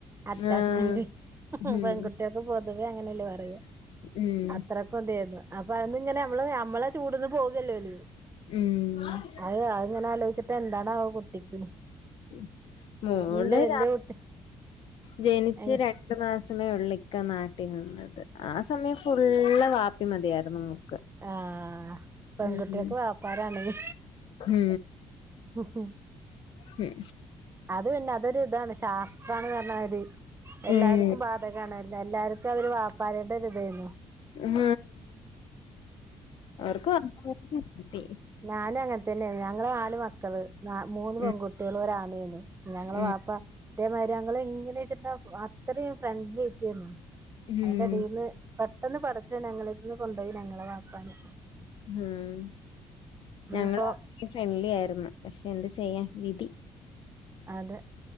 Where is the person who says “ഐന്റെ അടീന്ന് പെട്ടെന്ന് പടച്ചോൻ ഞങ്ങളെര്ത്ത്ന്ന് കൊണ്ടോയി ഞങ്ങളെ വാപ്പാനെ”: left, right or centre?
Right